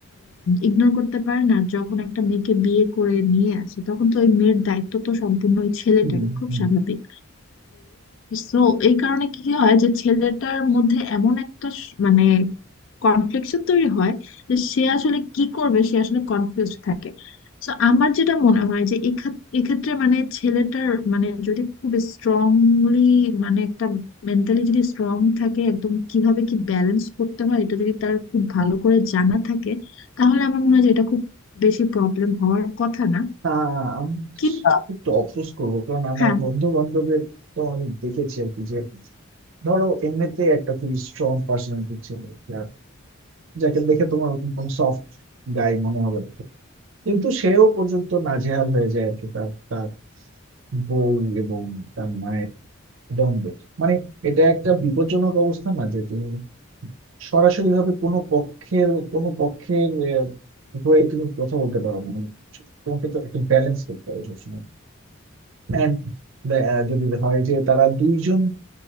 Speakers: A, on the left; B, on the right.
A: ইগনোর করতে পারেন আর যখন একটা মেয়েকে বিয়ে করে নিয়ে আসে তখন তো ওই মেয়ের দায়িত্ব তো সম্পূর্ণ ওই ছেলেটার
B: হুম,
A: খুব
B: হুম,
A: স্বাভাবিক
B: হুম।
A: তো এই কারণে কি হয় যে ছেলেটার মধ্যে এমন একটা স- মানে কনফ্লিকশন তৈরি হয় যে সে আসলে কি করবে সে আসলে কনফিউজ থাকে তো আমার যেটা মনে হয় যে এক্ষেত- এক্ষেত্রে মানে ছেলেটার মানে যদি খুব স্ট্রংলি মানে একটা মেন্টালি যদি স্ট্রং থাকে একদম কিভাবে কি ব্যালেন্স করতে হয় এটা যদি তার খুব ভালো করে জানা থাকে তাহলে আমার মনে হয় যে এটা খুব বেশি প্রবলেম হওয়ার কথা না
B: আহ, আমি
A: কিন্তু
B: একটু অফোর্স করবো কারণ আমার
A: হ্যাঁ
B: বন্ধু বান্ধবের তো অনেক দেখেছি আর কি যে ধরো এমনিতে একটা খুবই স্ট্রং পার্সোনালিটি ছিল যার যাকে দেখে তোমার ওরকম কোনো সফট গাই মনে হবে না কিন্তু সেও পর্যন্ত নাজেহাল হয়ে যায় আর কি তার তার বউ এবং তার মায়ের দ্বন্দ্বে মানে এটা একটা বিপজ্জনক অবস্থা না যে তুমি সরাসরি ভাবে কোনো পক্ষের কোনো পক্ষের আহ, হয়ে তুমি কথা বলতে পারো না মানে তোমাকে তো একটা ব্যালেন্স করতে হবে সবসময় অ্যান্ড যদি হয় যে তারা দুইজন